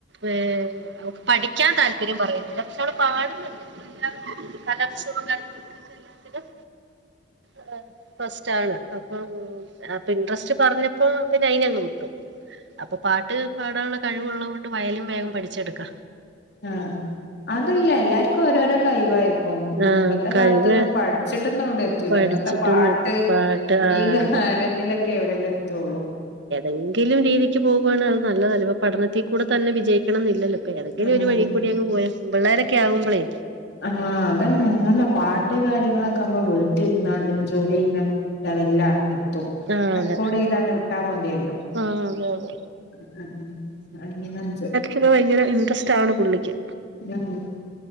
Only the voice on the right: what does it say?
ഏ പഠിക്ക്യാൻ താല്പര്യം പറയുന്നില്ല പക്ഷെ അവള് പാട്ന്ന്ണ്ട്. എല്ലാ കലോത്സവും കാര്യങ്ങൾക്കൊക്കെ എല്ലാത്തിനും ആഹ് ഫസ്റ്റ് ആണ് അപ്പൊ അപ്പ ഇൻട്രസ്റ്റ് പറഞ്ഞപ്പോ പിന്നെ അയ്നങ്ങ് വിട്ടു. അപ്പൊ പാട്ട് പാടാള്ള കഴിവുള്ളോണ്ട് വയലിം വേഗം പഠിച്ചെട്ക്ക.
ആഹ്
കഴിവ്
പഠിച്ചിട്ടൊന്ന്
എത്തി പാട്ട് ആ
അതെ
എങ്കിലും രീതിക്ക് പോവാണെ അത് നല്ലതല്ലേ പഠന ത്തി കൂടെ തന്നെ വിജയിക്കണം എന്നില്ലല്ലോ ഇപ്പ ഏതെങ്കിലും
ഒരു വഴി കൂടി അങ് പോയാ പെപിള്ളേരൊക്കെ ആവുംപ്പളേ
ആഹ്
അതെ
ആഹ് അതെ അതെ
ഇതിന് ഭയങ്കര ഇൻട്രസ്റ്റ് ആണ് പുള്ളിക്ക്.